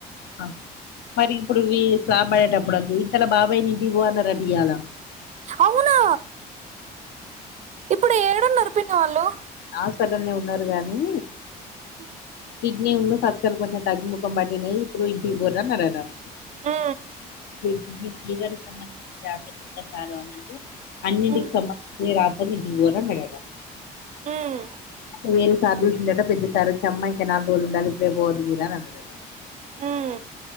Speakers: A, on the left (about 75°); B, on the right (about 45°).
A: అ మరి ఇప్పుడు మి స్లాబ్ అయ్యేడపుడు అద్దు ఇంతల బాబాయ్ ని ఇంటికి పొ అన్నరట ఇయాల
B: అవునా? ఇప్పుడు ఏడ ఉన్నరు పిన్ని వాల్లు
A: హాస్పటల్నే ఉన్నరు గానీ
B: ఉ
A: కిడ్నీలు పక్కలు కొంచెం తగ్గిముఖం బట్టినయ్ ఇప్పుడు ఇంటికి పోర్రి అన్నరు అన్నం
B: ఆ
A: కిడ్నీకి, లివర్ కి సంబంధించిన టాబ్లెట్ ఎట్ల సారు అని అంటే అన్నింటింకి
B: మ్మ్
A: సంబందించినవి కావు. అవి ఇంటికి పోరా అన్నాడట.
B: ఉమ్
A: వేరే సార్ చూసిండట పెద్ద సార్ ఒచ్చి అమ్మ ఇంక నాలుగు రోజలు ఉండాలి. ఇప్పుడే పొవద్దు మీరు అని అన్నరట.
B: ఉమ్